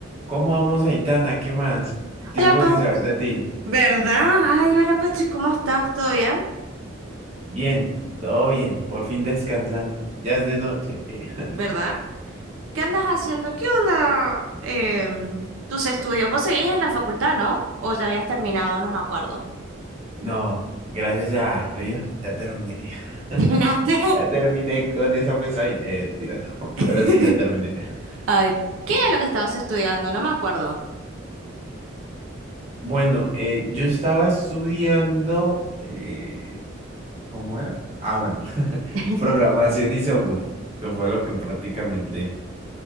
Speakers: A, on the right (about 35°); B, on the right (about 75°).
A: ¿Cómo vamos, Aitana? ¿Qué más? Tiempo
B: Hola, Pat,
A: sin saber de ti.
B: ¿verdad? Ay, hola, Pachi, ¿cómo estás? ¿Todo bien?
A: Bien, todo bien, por fin descansando. Ya es de noche. Eh, <laughs>
B: ¿Verdad? ¿Qué andas haciendo? ¿Qué onda em, tus estudios? Vos seguís en la facultad, ¿no? ¿O ya habías terminado? No me acuerdo.
A: No, gracias a Dios, ya terminé. <laughs>
B: ¿Terminaste?
A: Ya terminé con esa pesadilla. Eh, tira, no, <laughs>
B: <laughs>
A: pero sí, ya terminé. <laughs>
B: Ay, ¿qué era lo que estabas estudiando? No me acuerdo.
A: Bueno, eh, yo estaba estudiando, eh, ¿cómo era? Ah, bueno, <laughs>
B: <laughs>
A: programación y software, que fue lo que prácticamente...